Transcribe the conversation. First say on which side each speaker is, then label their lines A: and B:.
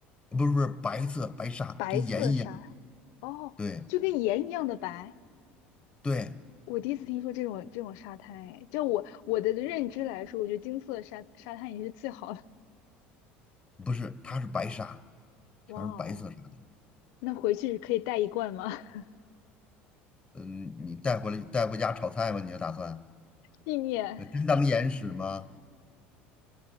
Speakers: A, on the left (about 15°); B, on the left (about 70°).
A: 呃不是不是白色白沙，
B: 白色沙，
A: 跟盐一样，
B: 哦，
A: 对
B: 就跟盐一样的白。
A: 对，
B: 我第一次听说这种这种沙滩，哎，就我我的认知来说，我觉得金色沙沙滩也是最好的。
A: 不是，它是白沙，
B: 哇哦，
A: 全是白色沙的，
B: 那回去可以带一罐吗？<laughs>
A: 嗯，你带回来带回家炒菜吧，你要打算，
B: 纪念。
A: 呃真当盐使吗？